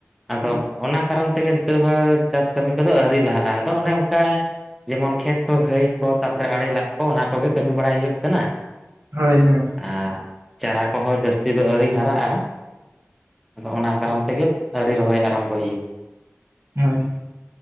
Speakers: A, in the centre; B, on the right.
A: ᱟᱫᱚ ᱚᱱᱟ ᱠᱟᱨᱚᱱ ᱛᱮᱜᱮ ᱱᱤᱛᱳᱜ ᱦᱚᱸ, ᱪᱟᱥ ᱠᱟᱹᱢᱤ ᱠᱚᱫᱚ ᱟᱹᱣᱨᱤ ᱞᱟᱦᱟᱜᱼᱟ᱾ ᱟᱫᱚ ᱚᱱᱮ ᱚᱱᱠᱟ ᱡᱮᱢᱚᱱ ᱠᱷᱮᱛ ᱠᱚ ᱜᱷᱟᱹᱭ ᱠᱚ, ᱛᱟᱯᱚᱨᱮ ᱟᱲᱮ ᱞᱟᱜ ᱠᱚ, ᱚᱱᱟ ᱠᱚᱜᱮ ᱠᱟᱹᱢᱤ ᱵᱟᱲᱟᱭ ᱦᱳᱭᱳᱜ ᱠᱟᱱᱟ᱾
B: ᱦᱳᱭᱻ ᱦᱳᱭᱻ᱾
A: ᱟᱨ ᱪᱟᱨᱟ ᱠᱚᱦᱚᱸ ᱡᱟᱹᱥᱛᱤ ᱫᱚ ᱟᱹᱣᱨᱤ ᱦᱟᱨᱟᱜᱼᱟ᱾ ᱟᱫᱚ ᱚᱱᱟ ᱠᱟᱨᱚᱱ ᱛᱮᱜᱮ ᱟᱹᱨᱤ ᱨᱚᱦᱚᱭ ᱟᱨᱟᱢᱵᱚᱭ
B: ᱦᱳᱭ᱾